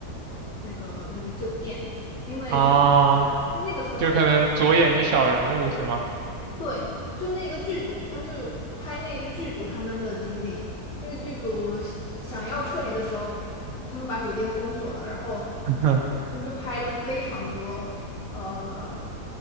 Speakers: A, on the left (about 80°); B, on the right (about 65°).
A: 呃那个那个酒店，因为他们
B: 啊，
A: 那个时候
B: 就可能着眼于小人物是吗？
A: 对，就那个剧组，他们就拍那个剧组他们的经历。那个剧组想想要撤离的时候，他们把酒店封锁了，然后
B: <laughs>
A: 他们就拍了非常多，呃，